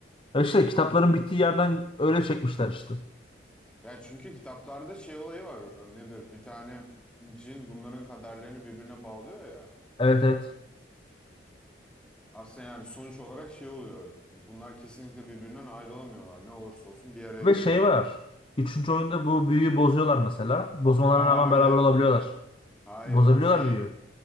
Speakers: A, on the left; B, in the centre.
A: Ya işte kitapların bittiği yerden öyle çekmişler işte.
B: Ya çünkü kitaplarda şey olayı var. e, Nedir? Bir tane cin bunların kaderlerini birbirine bağlıyor ya.
A: Evet evet.
B: Aslında yani sonuç olarak şey oluyor. Bunlar kesinlikle birbirinden ayrılamıyorlar. Ne olursa olsun bir araya
A: Ve şey
B: geliyorlar.
A: var. Üçüncü oyunda bu büyüyü bozuyorlar mesela. Bozmalarına
B: Aa
A: rağmen
B: hayır.
A: beraber olabiliyorlar.
B: Hayır
A: Bozabiliyorlar
B: o şey.
A: büyüyü.